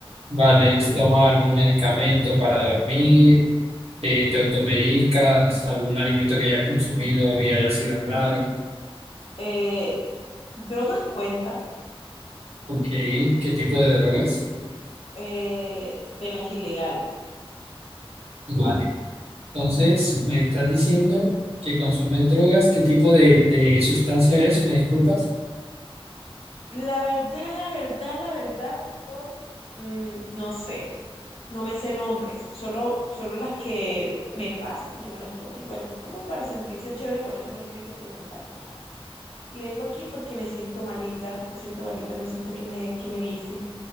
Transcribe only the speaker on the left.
Eh, drogas cuenta
eh, de las ilegales.
La verdad, la verdad, la verdad, doctor, mm, no sé, no me sé nombres, solo, solo las que me pasan y yo me las tomo igual. Uno para sentirse chévere con eso no tiene que preguntar nada. Y vengo aquí porque me siento malita, me siento malita, no sé usted qué me, qué me dice.